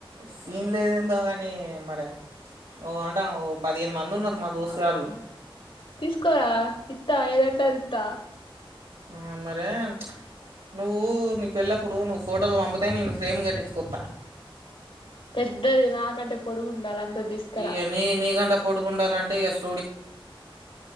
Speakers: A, on the right; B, on the left.
A: సీన్ లేద ఏందో కాని మ ే ఓ అంట ఓ పదిహేను మంది ఉన్నారు మా దోస్తుగాళ్ళు
B: తీసుకోరా ఇత్తా ఏదంట ఇత్తా
A: ఆ మరే నువ్వు నీ పెళ్ల్లప్పుడు నువ్వు ఫోటోలు పంపితే నేను ఫ్రేమ్ కట్టి కొత
B: పెద్దది నాకంటే పొడుగు ఉండాలి అంత తీసుకురా
A: ఈయనీ నీ కంటే పొడుగుండాలంటే ఇగస్